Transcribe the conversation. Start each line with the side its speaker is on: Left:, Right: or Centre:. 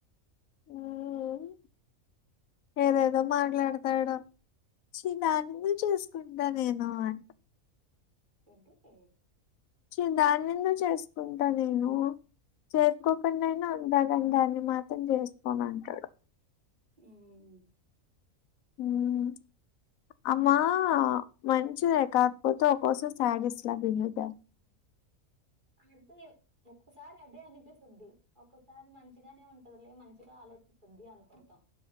Left: ఉమ్ఏదేదో మాట్లాడతాడు చి నన్ను చూసుకుంటా నేను అంట
Right: ఎంటి ఏ
Left: చిందా నన్ను చేసుకుంటా నేను చేసుకోకుండా అయినా ఉండాగానీ దాన్ని మాత్రం చేసుకోనని అంటాడు
Right: ఉమ్
Left: ఉమ్ అమ్మా మన్ చే కాకపోతే ఒక్కసం సడిస్లా బిహేవ్
Right: అదే ఒక్కోసారి అదే అనిపిస్తుద్ది ఒక్కసారి మంచిగానే ఉంటదిలే మంచిగా అల్ వచ్చి సిద్ది అనుకుంటాం